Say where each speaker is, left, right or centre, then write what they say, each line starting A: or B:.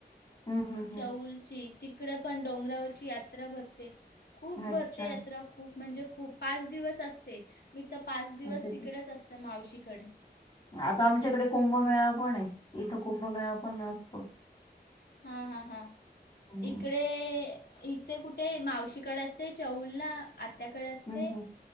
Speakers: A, on the left (about 30°); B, on the left (about 65°).
A: हम्म हम्म
B: चौलची,
A: हम्म.
B: तिकडे पण डोंगरावरची यात्रा भरते. खूप
A: अच्छा
B: भरते यात्रा, खूप म्हणजे खूप, पाच दिवस असते. मी तर पाच दिवस
A: अच्छा अच्छा
B: तिकडेच असते, मावशीकडे.
A: आता आमच्याकडे कुंभमेळा पण आहे, इथं कुंभमेळा पण नसतो.
B: हां, हां, हां,
A: हम्म
B: इकडे इथे कुठे मावशीकडे असते, चौलला. आत्याकडे असते,
A: हम्म हम्म